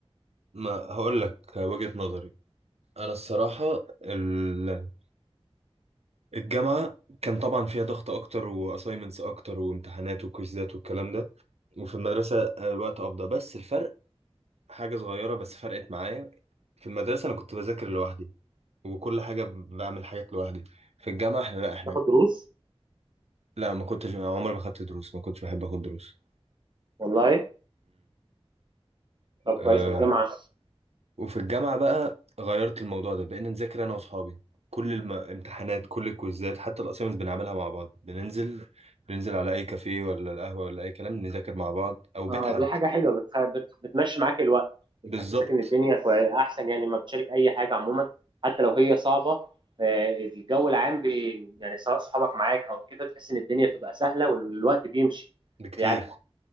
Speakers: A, on the right; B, on the right.
A: ما هقول لك وجهة نظري انا الصراحة ال- الجامعة كان طبعا فيها ضغط اكتر واساينمنتس اكتر وامتحانات وكويزات والكلام ده وفي المدرسة الوقت افضل بس الفرق حاجة صغيرة بس فرقت معايا في المدرسة انا كنت بذاكر لوحدي وكل حاجة بعمل حاجات لوحدي في الجامعة احنا لا احنا
B: تاخد دروس
A: لا ما كنتش عمري ما خدت دروس ما كنتش بحب اخد دروس
B: والله طب
A: امم
B: كويس والجامعه
A: وفي الجامعة بقى غيرت الموضوع ده بقينا نذاكر أنا وأصحابي كل الامتحانات كل الكويزات حتى الأسايمنتس بنعملها مع بعض بننزل بننزل على أي كافيه ولا القهوة ولا أي كلام نذاكر مع بعض أو بيت
B: اه
A: حد
B: دي حاجة حلوة بتخ... بت... بتمشي معاك الوقت بتحسسك
A: بالظبط
B: ان الدنيا كوي... احسن يعني لما بتشارك اي حاجة عموما حتى لو هي صعبة آه، الجو العام بي... يعني سواء صحابك معاك او كده تحس ان الدنيا بتبقى سهلة والوقت بيمشي
A: بكتير
B: بيعدي